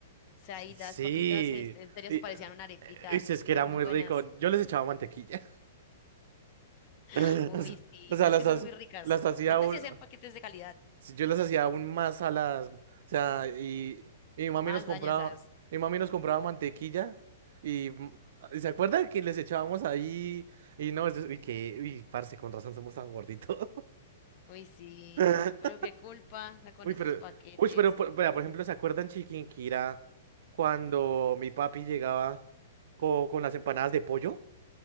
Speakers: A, on the left; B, on the right.
A: O sea, y
B: sí.
A: las papitas, este, en serio,
B: Y,
A: se
B: eh,
A: parecían a una arepita.
B: uy, sí, es que
A: Eran
B: era muy
A: muy buenas.
B: rico. Yo les echaba mantequilla.
A: <laughs>
B: <laughs>
A: Uy,
B: O sea,
A: sí,
B: o sea,
A: pero
B: las,
A: es que son
B: hac-
A: muy ricas.
B: las hacía
A: Antes
B: aún,
A: sí hacían paquetes de calidad.
B: sí, yo las hacía aún más a las, o sea, y, y mi mami
A: Más
B: nos compraba,
A: dañosas.
B: mi mami nos compraba mantequilla y, mm, ah, ¿se acuerda que les echábamos ahí? Y no, eso- y que, uy, parce, con razón somos tan gorditos.
A: Uy, sí.
B: <laughs>
A: Pero qué culpa, o sea, con
B: Uy,
A: esos
B: pero,
A: paquetes.
B: uy, pero, por, vea, por ejemplo, ¿se acuerdan Chiquinquirá cuando mi papi llegaba co- con, las empanadas de pollo?